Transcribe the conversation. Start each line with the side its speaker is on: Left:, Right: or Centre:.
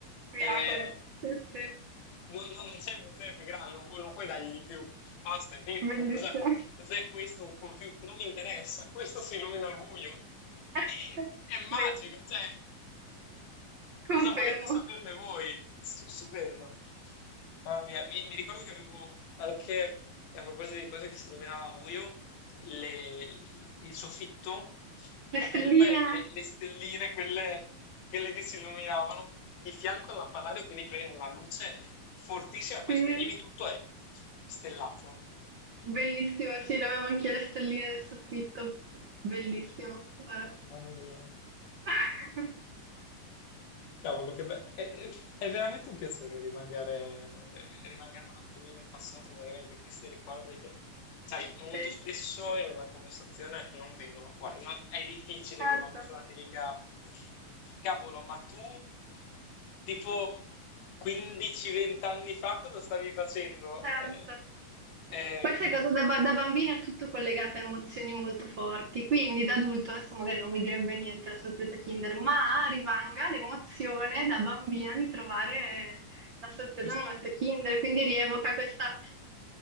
Right: miracolo.
Left: Eh,
Right: Sì, sì,
Left: Non, non- non sei evoluzione più grande, non puoi, non puoi dargli di più. Basta, è fi-
Right: bellissimo.
Left: co- <laughs> cosa- cos'è questo? Un computer? Non mi interessa, questo si illumina al buio.
Right: <laughs>
Left: È, è magico,
Right: Vero,
Left: cioè.
Right: confermo.
Left: Cosa volete saperne voi? S- Stupendo. Mamma mia, mi, mi ricordo che avevo anche, a proposito di cose che si illuminava a buio, le- il soffitto,
Right: Le
Left: o
Right: stelline,
Left: comunque le, le stelline, quelle, quelle che si illuminavano di fianco al lampadario, quindi prendevi una luce fortissima e poi
Right: sì,
Left: spegnevi tutto e stellato.
Right: bellissimo, sì, avevo anche le stelline del soffitto, bellissimo. Guarda.
Left: Mamma mia.
Right: <laughs>
Left: Cavolo, che bello. È, è- è veramente un piacere rimangare, rimangere un attimino al passato, magari anche questi ricordi che, sai, molto
Right: Sì,
Left: spesso in una conversazione non vengono fuori. Non- è difficile
Right: certo,
Left: che una persona ti dica, cavolo, ma tu, tipo 15-20 anni fa, cosa stavi facendo?
Right: certo.
Left: Eh, eh,
Right: Questa
Left: quindi,
Right: cosa da, ba- da bambina è tutto collegato a emozioni molto forti, quindi
Left: sì,
Right: da adulto adesso magari non mi direbbe niente la sorpresa Kinder, ma rimanga l'emozione da bambina di trovare la sorpresa
Left: giusto.
Right: un ometto Kinder, quindi rievoca questa,